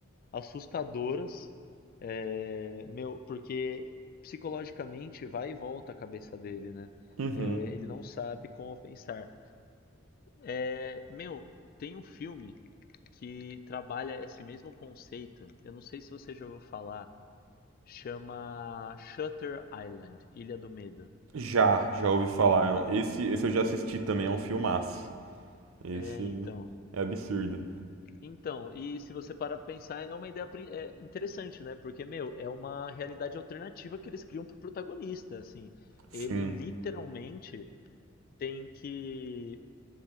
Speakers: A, on the left; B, on the right.
A: assustadoras, eh, meu, porque psicologicamente vai e volta a cabeça dele, né?
B: Uhum.
A: Eh, ele não sabe como pensar. É, meu, tem um filme que trabalha esse mesmo conceito. Eu não sei se você já ouviu falar. Chama Shutter Island, Ilha do Medo.
B: Já, já ouvi falar. Esse, esse eu já assisti também, é um filmaço. Esse
A: É, então.
B: é absurdo.
A: Então, e se você parar pra pensar, é uma ideia pri- é, interessante, né? Porque, meu, é uma realidade alternativa que eles criam pro protagonista, assim.
B: Sim.
A: Ele literalmente tem que